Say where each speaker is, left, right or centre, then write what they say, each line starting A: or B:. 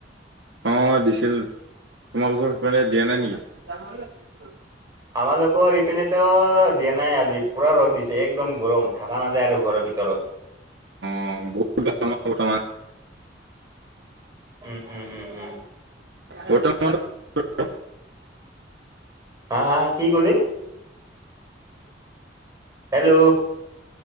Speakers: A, on the right (about 80°); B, on the right (about 20°).
A: অ দিছিল তোমালোকৰ সেইপিনে দিয়া নাই নিকি
B: আমালোকৰ ইপিনেতো দিয়া নাই আজি পুৰা ৰ'দ দিছে একদম গৰম থকা নাযায় আৰু ঘৰৰ ভিতৰত
A: অঁ বহুত গৰম ন বৰ্তমান
B: উম উম উম উম
A: বৰ্তমান তো ক
B: হা - হা - হা? কি কলি? হেল্ল'?